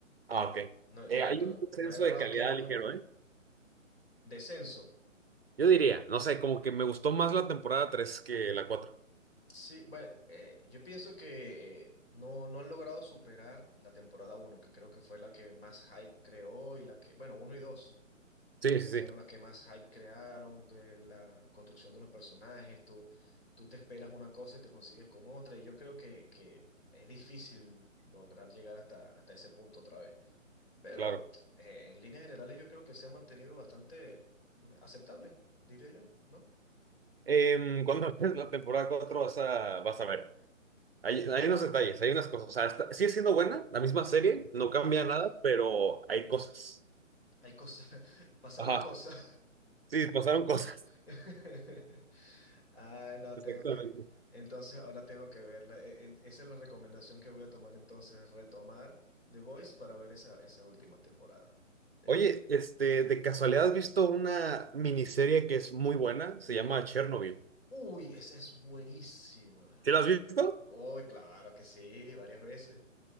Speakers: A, on the right; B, on the left.
A: Ah, ok.
B: No,
A: Eh,
B: no,
A: hay
B: no,
A: un descenso
B: no he agarrado
A: de calidad
B: tiempo para
A: ligero,
B: verla.
A: ¿eh?
B: Descenso.
A: Yo diría, no sé, como que me gustó más la temporada tres que la cuatro.
B: Sí, bueno, eh, yo pienso que eh, no, no han logrado superar la temporada uno, que creo que fue la que más hype creó y la que, bueno, uno y dos.
A: Sí,
B: que
A: sí, sí,
B: fueron las que más hype crearon, de la construcción de los personajes, tú, tú te esperas una cosa y te consigues con otra, y yo creo que, que es difícil lograr llegar hasta, hasta ese punto otra vez. Pero
A: claro.
B: eh, en líneas generales yo creo que se ha mantenido bastante aceptable, diría yo, ¿no?
A: Em, cuando <laughs> ves la temporada 4 vas a, vas a ver. Hay, hay unos detalles, hay unas cosas. O sea, está- sigue siendo buena, la misma serie, no
B: Ajá,
A: cambia nada, pero hay cosas.
B: hay cosas, <laughs> pasaron
A: Ajá.
B: cosas.
A: Sí, pasaron cosas.
B: <laughs> Ah, no,
A: <laughs> Exactamente.
B: tengo que. Entonces ahora tengo que verla. E- e- Esa es la recomendación que voy a tomar entonces, retomar The Voice para ver esa, esa última temporada. Definitivamente.
A: Oye, este, de casualidad has visto una miniserie que es muy buena, se llama Chernobyl.
B: Uy, esa es buenísima.
A: ¿Sí la has visto?
B: Uy, claro que sí, varias veces.